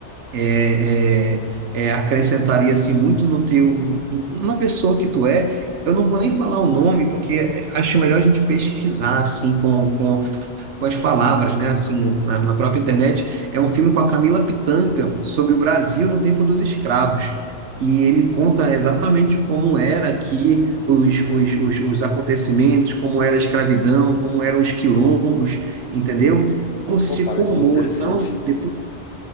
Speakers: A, on the right; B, on the left.
A: é, é, é, acrescentaria assim, muito no teu, na pessoa que tu é, eu não vou nem falar o nome, porque acho melhor a gente pesquisar assim, com, com com as palavras, né? Assim, na, na própria internet, é um filme com a Camila Pitanga sobre o Brasil no tempo dos escravos. E ele conta exatamente como era aqui os, os, os, os acontecimentos, como era a escravidão, como eram os quilombos, entendeu? Como se
B: Pô, parece
A: formou.
B: muito interessante.
A: Então, depois